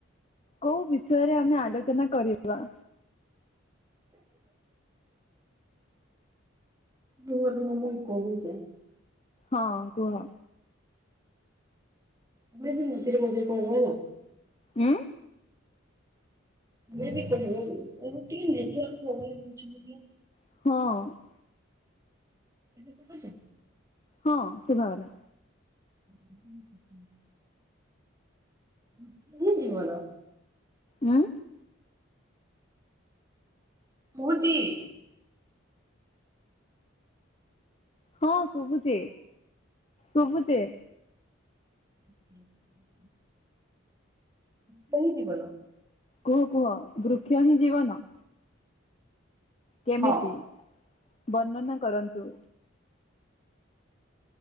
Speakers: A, on the left; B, on the right.
A: କୋଉ ବିଷୟରେ ଆମେ ଆଲୋଚନା କରିବା?
B: ହ <inaudible> ରୁହ ରୁହ ମୁଇ ଏ କହୁଛି।
A: ହଁ କୁହ।
B: ତୁମେ ବି ମଝିରେ ମଝିରେ କହିବ ହେଲା।
A: ଉଁ?
B: <unintelligible> ବି କହିବ ବୋଲି <unintelligible>
A: ହଁ।
B: ଏବେ ଶୁବୁଛି?
A: ହଁ ଶୁଭାଗଲା।
B: ହୁଁ ହଁ ହୁଁ। <unintelligible> ଜୀବନ।
A: ଉଁ?
B: <unintelligible>
A: ହଁ ଶୁଭୁଛି ଶୁଭୁଛି।
B: ଆ୍ <inaudible> ସେ ହିଁ ଜୀବନ।
A: କୁହ କୁହ ବୃକ୍ଷ ହିଁ ଜୀବନ। କେମିତି
B: ହଁ
A: ବର୍ଣ୍ଣନା କରନ୍ତୁ?